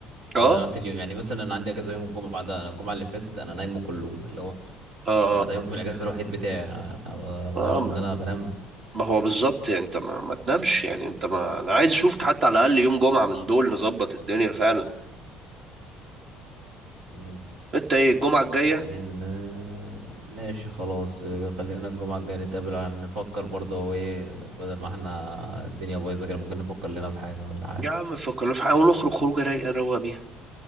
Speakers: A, on the right; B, on the right.
A: اه
B: وضيعت اليوم يعني مثلا عندي اجازه يوم الجمعه ده انا الجمعه اللي فاتت انا نايمه كله اللي هو
A: اه
B: طب ما
A: اه
B: ده يوم الاجازه الوحيد بتاعي انا ب- بضيعه
A: اه ما
B: بان انا بنام
A: ما هو بالظبط يعني انت ما, ما تنامش يعني انت ما انا عايز اشوفك حتى على الاقل يوم جمعه من دول نظبط الدنيا فعلا
B: مم.
A: انت ايه الجمعه الجايه
B: عايزين آه، ماشي خلاص آه، خلينا الجمعه الجايه نتقابل عشان نفكر برضه هو ايه بدل ما احنا الدنيا بايظه كده ممكن نفكر لنا في حاجه ولا حاجه
A: يا عم فكرنا في حاجه ونخرج خروجه رايقه نروق بيها